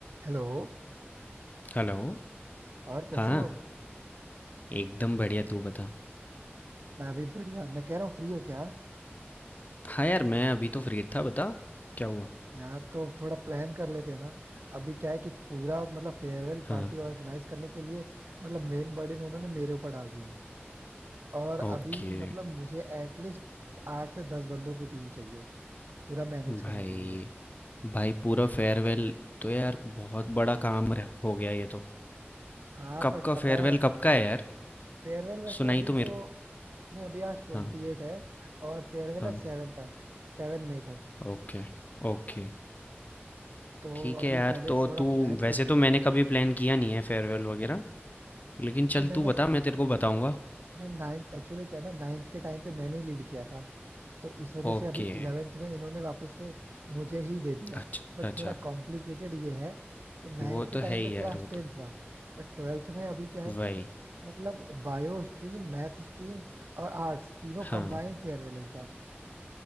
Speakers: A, on the right; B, on the left.
A: Hello
B: Hello
A: और कैसे
B: हाँ
A: हो
B: एकदम बढ़िया तू बता
A: मैं भी बढ़िया मैं कह रहा हूँ फ्री हो क्या
B: हाँ यार मैं अभी तो फ्री था बता क्या हुआ
A: यार तो थोड़ा प्लान कर लेते हैं ना अभी क्या है कि पूरा मतलब फेयरवेल
B: हाँ
A: पार्टी ऑर्गेनाइज करने के लिए मतलब मेन बर्डन उन्होंने मेरे ऊपर डाल दिया है और अभी
B: ओके
A: मतलब मुझे एटलीस्ट आठ से दस बंदों की टीम चाहिए पूरा मैनेज
B: भाई
A: करने के लिए
B: भाई पूरा फेयरवेल तो यार बहुत बड़ा काम रह- हो गया ये तो
A: हाँ
B: कब
A: बट
B: का
A: पता
B: फेयरवेल
A: है
B: कब का है यार
A: फेयरवेल वैसे
B: सुनाई
A: अभी
B: तो मेरे
A: तो
B: को
A: नहीं अभी आज ट्वेंटी
B: हाँ
A: एट है और फेयरवेल
B: हाँ
A: है सेवन तक सेवन मई को
B: Okay okay
A: तो
B: ठीक
A: अभी
B: है यार
A: पहले
B: तो
A: थोड़ा
B: तू
A: प्लान
B: वैसे
A: कर लेते
B: तो
A: हैं
B: मैंने कभी प्लान किया नहीं है फेयरवेल वगैरह लेकिन
A: नहीं
B: चल
A: मैंने
B: तू बता मैं तेरे को बताऊंगा
A: मैं नाइन्थ एक्चुअली क्या है ना नाइन्थ के टाइम पे मैंने ही लीड किया था तो इस वजह
B: ओके
A: से अभी इलेवेंथ में इन्होंने वापस से मुझे ही दे दिया है
B: अच्छा
A: बट
B: अच्छा
A: थोड़ा कॉम्प्लिकेटेड ये है कि नाइन्थ
B: वो
A: के
B: तो
A: टाइम
B: है ही
A: पे क्लास
B: यार वो
A: टेंथ
B: तो
A: था बट ट्वेल्थ में अभी क्या है
B: वही
A: कि मतलब बायो स्ट्रीम मैथ स्ट्रीम और आर्ट्स तीनों
B: हाँ
A: कंबाइंड फेयरवेल है इस बार